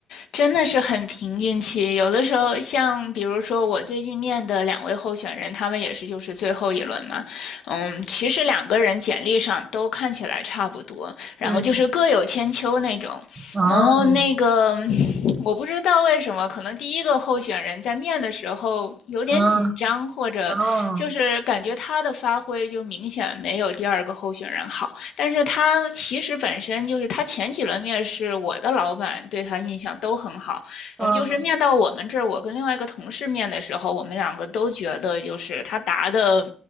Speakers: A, on the left; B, on the right.
A: 真的是很凭运气。有的时候，像比如说我最近面的两位候选人，他们也是就是最后一轮嘛，嗯，其实两个人简历上都看起来差不多，然后就是各有千秋那种。
B: 嗯，嗯，
A: 然后那个我不知道为什么，可能第一个候选人在面的时候有点紧张，
B: 嗯，
A: 或者就是感觉他的发挥就明显没有第二个候选人好。
B: 嗯，
A: 但是他其实本身就是他前几轮面试，我的老板对他印象都很好。
B: 嗯，
A: 嗯，就是面到我们这儿，我跟另外一个同事面的时候，我们两个都觉得就是他答的。